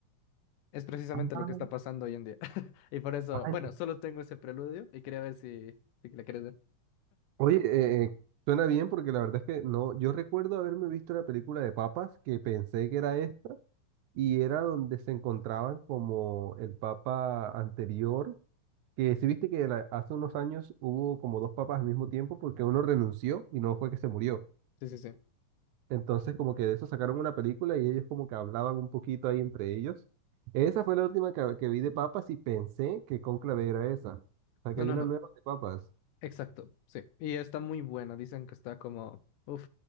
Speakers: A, on the left; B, on the right.
A: Es precisamente
B: Ah,
A: lo que está pasando hoy en día. <laughs> Y por eso,
B: Ah, ent-
A: bueno, solo tengo ese preludio y quería ver si, si la quieres ver.
B: Oye, eh, eh, suena bien porque la verdad es que no, yo recuerdo haberme visto la película de papas que pensé que era esta. y era donde se encontraban como el papa anterior, que si viste que la- hace unos años hubo como dos papas al mismo tiempo porque uno renunció y no fue que se murió.
A: Sí, sí, sí.
B: Entonces como que de eso sacaron una película y ellos como que hablaban un poquito ahí entre ellos. Esa fue la última que, que vi de papas y pensé que Cónclave era esa. O sea
A: No,
B: que hay
A: no,
B: una
A: no.
B: nueva de papas.
A: Exacto, sí. Y está muy buena. Dicen que está como, uff,